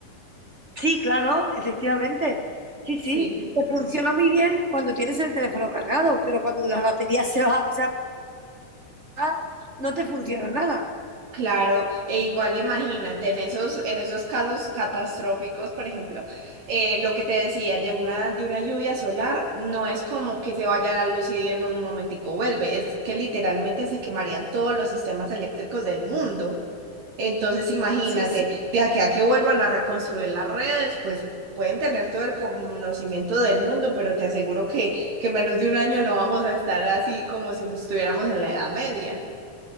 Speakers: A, on the right; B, on the right.
A: Sí, claro, efectivamente. Sí, sí.
B: Sí.
A: Te funciona muy bien cuando tienes el teléfono cargado, pero cuando la batería se va, se apaga, no te funciona nada.
B: Claro, e igual imagínate, en esos, en esos casos catastróficos, por ejemplo, eh, lo que te decía de una, de una lluvia solar, no es como que se vaya la luz y en un momentico vuelve, es que literalmente se quemarían todos los sistemas eléctricos del mundo. Entonces imagínate,
A: Sí, sí.
B: de aquí a que vuelvan a reconstruir las redes, pues pueden tener todo el conocimiento del mundo, pero te aseguro que, que en menos de un año no vamos a estar así como si estuviéramos en la Edad Media.